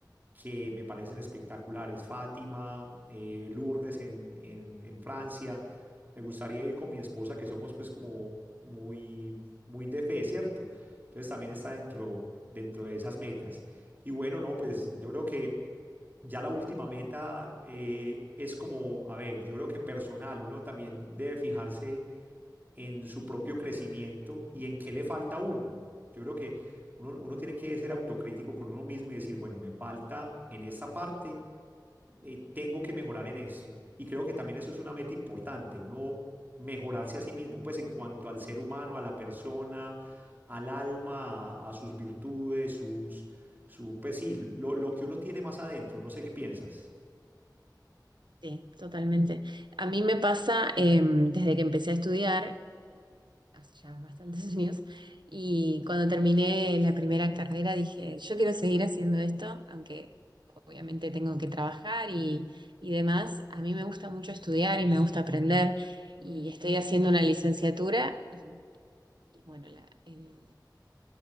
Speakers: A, on the right; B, on the right.
A: que me parecen espectaculares, Fátima, eh, Lourdes en, en, en Francia. Me gustaría ir con mi esposa, que somos pues como muy, muy de fe, ¿cierto? Entonces también está dentro, dentro de esas metas. Y bueno, no, pues yo creo que ya la última meta eh, es como, a ver, yo creo que personal, uno también debe fijarse en su propio crecimiento y en qué le falta a uno. Yo creo que uno, uno tiene que ser autocrítico con uno mismo y decir, bueno, me falta en esta parte, eh, tengo que mejorar en esto. Y creo que también eso es una meta importante, uno mejorarse a sí mismo, pues en cuanto al ser humano, a la persona, al alma, a, a sus virtudes, sus, su, pues sí, lo, lo que uno tiene más adentro. No sé qué piensas.
B: Sí, totalmente. A mí me pasa em, desde que empecé a estudiar, hace ya bastantes <laughs> años, y cuando terminé la primera carrera dije, yo quiero seguir haciendo esto, aunque obviamente tengo que trabajar y, y demás. A mí me gusta mucho estudiar y me gusta aprender, y estoy haciendo una licenciatura y, y bueno, la, el-